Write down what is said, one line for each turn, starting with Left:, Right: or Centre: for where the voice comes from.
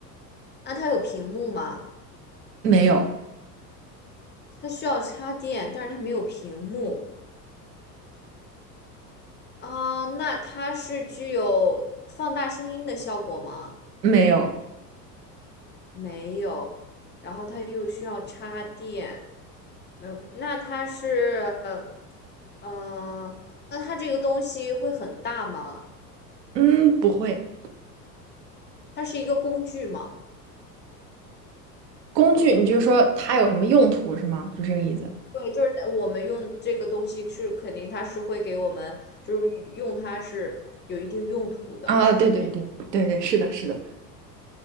Left: 那它有屏幕吗？
Right: 没有，
Left: 它需要插电，但是它没有屏幕。啊，那它是具有放大声音的效果吗？
Right: 没有，
Left: 没有，然后它又需要插电，没有。那它是，呃，呃那它这个东西会很大吗？
Right: 嗯，不会。
Left: 它是一个工具吗？
Right: 工具，你就是说它有什么用途是吗？就这个意思。
Left: 对，就是我们用这个东西是肯定它是会给我们，就是用它是有一定用途的，
Right: 啊，
Left: 是是这
Right: 对对对对对，是的，是的。